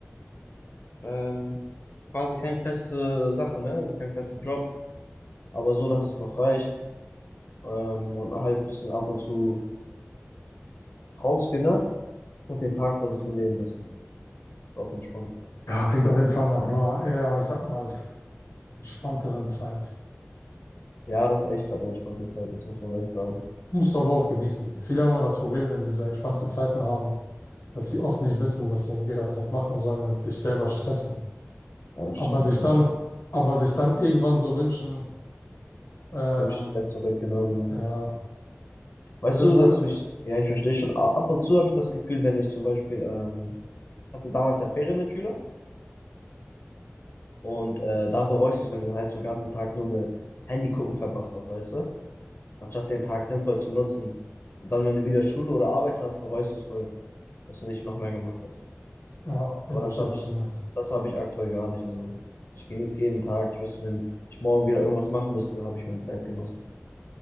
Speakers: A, on the left; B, on the left.
A: Ähm, quasi keine feste Sache, ne? Also keinen festen Job, aber so, dass es noch reicht. Ähm, und halt ein bisschen ab und zu rausgehen, ne? Und den Tag vor sich hinleben lassen. Auf entspannt.
B: Ja, klingt auf jeden Fall nach einer eher, ich sag mal, entspannteren Zeit.
A: Ja, das ist echt gerade eine entspannte Zeit, das muss man echt sagen.
B: Musst du aber auch genießen. Viele haben immer das Problem, wenn sie so entspannte Zeiten haben, dass sie oft nicht wissen, was sie in ihrer Zeit machen sollen und sich selber stressen.
A: Ja, das
B: Aber
A: stimmt
B: sich
A: natürlich,
B: dann,
A: ja. Ich
B: aber sich dann irgendwann so wünschen, ähm,
A: wünsche dich wäre zurück, genau, genau.
B: ja,
A: Weißt
B: weißt du,
A: du,
B: was ich meine?
A: dass mich, ja, ich verstehe schon, A- ab und zu habe ich das Gefühl, wenn ich zum Beispiel, ähm, hatte damals ja Ferien als Schüler und äh, da bereust du es, wenn du halt so einen ganzen Tag nur mit Handy gucken verbracht hast, weißt du? anstatt den Tag sinnvoll zu nutzen. Und dann, wenn du wieder Schule oder Arbeit hast, bereust du es voll, dass du nicht noch mehr gemacht hast.
B: Ja, ich
A: Aber
B: verstehe,
A: das habe
B: was
A: ich,
B: du meinst.
A: das habe ich aktuell gar nicht. Also ich genieße jeden Tag. Ich wüsste, wenn ich morgen wieder irgendwas machen müsste, habe ich meine Zeit genossen.